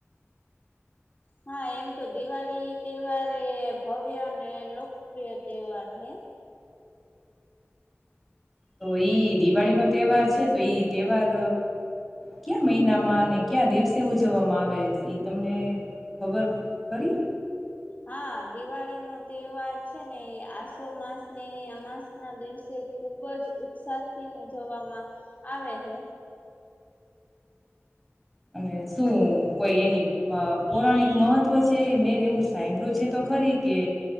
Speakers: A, on the left; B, in the centre.
A: હા એમ તો દિવાળી તહેવાર એ ભવ્ય અને લોકપ્રિય તહેવાર હે.
B: તો ઈ દિવાળીનો તહેવાર છે તો ઈ તહેવાર ક્યા મહિનામાં અને કયા દિવસે ઉજવવામાં આવે ઈ તમને ખબર ખરી.
A: હા દિવાળી નો તહેવાર છે ને એ આસો અમાસના દિવસે ખુબ જ ઉત્સાહથી ઉજવવામાં આવે હ.
B: અને શું કોઈ એની પૌરાણિક મહત્વ છે મેં એવું સાંભળ્યું છે તો ખરી કે